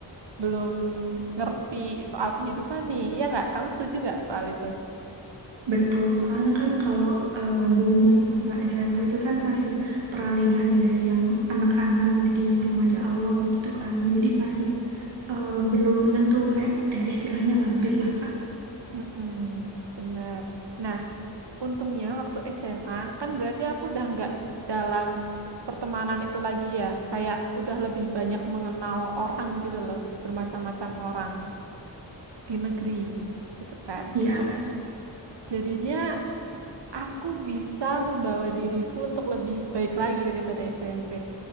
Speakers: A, on the right; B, on the right.
A: belum ngerti soal kehidupan nih. Iya nggak? Kamu setuju nggak soal itu?
B: Betul, soalnya kan kalau eh, dulu masa-masa SMP itu kan masih peralihan ya dari yang anak-anak jadi yang remaja awal gitu kan. Jadi masih eh, belum menentu kayak ya istilahnya labil lah Kak.
A: Mm-mm, bener. Nah, untungnya waktu SMA kan berarti aku udah nggak dalam pertemanan itu lagi ya. Kayak udah lebih banyak mengenal orang gitu loh, bermacam-macam orang di negeri gitu kan.
B: Iya,
A: Nah, jadinya aku bisa membawa diriku untuk lebih baik lagi daripada SMP.